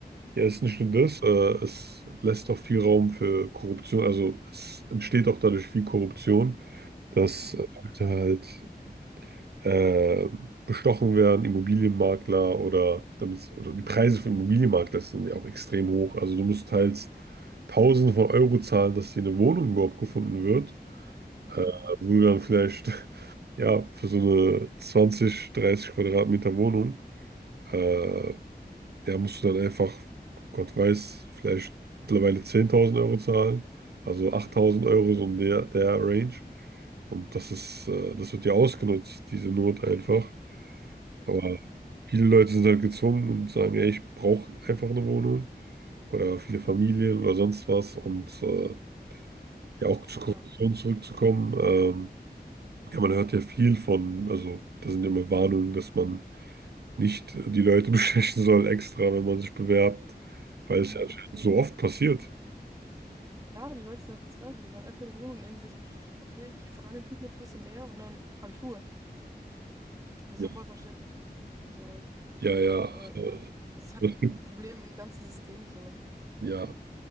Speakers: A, on the right; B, on the right.
A: Ja, es ist nicht nur das, äh, es lässt auch viel Raum für Korruption, also es entsteht auch dadurch viel Korruption, dass
B: Mhm.
A: äh, Leute halt äh, bestochen werden, Immobilienmakler oder, damit, oder die Preise für Immobilienmakler sind ja auch extrem hoch. Also du musst teils Tausende von Euro zahlen, dass dir eine Wohnung überhaupt gefunden wird,
B: Mhm.
A: äh, wo du dann vielleicht <laughs> ja für so eine 20, 30 Quadratmeter Wohnung äh, der musst du dann einfach, Gott weiß, vielleicht mittlerweile 10.000 Euro zahlen, also 8.000 Euro, so in der, der Range. Und das ist, äh, das wird ja ausgenutzt, diese Not einfach.
B: Total,
A: Aber
B: ja.
A: viele Leute sind halt gezwungen und sagen, ey, ich brauche einfach eine Wohnung oder viele Familien oder sonst was. Und äh, ja, auch zur
B: Ja.
A: Korruption zurückzukommen. Ähm, ja, man hört ja viel von, also da sind immer Warnungen, dass man nicht die Leute <laughs> bestechen soll extra, wenn man sich bewerbt, weil
B: Mhm.
A: es ja anscheinend so oft passiert.
B: Ja, die Leute sind ja verzweifelt, die wollen einfach die Wohnung und denken sich, okay, ich zahle dem Typen jetzt ein bisschen mehr und dann habe ich Ruhe. Das
A: Ja,
B: ist ja voll verständlich. So,
A: ja, ja.
B: aber
A: äh,
B: das ist halt
A: aber es gibt,
B: ein Problem im ganzen System, so.
A: ja,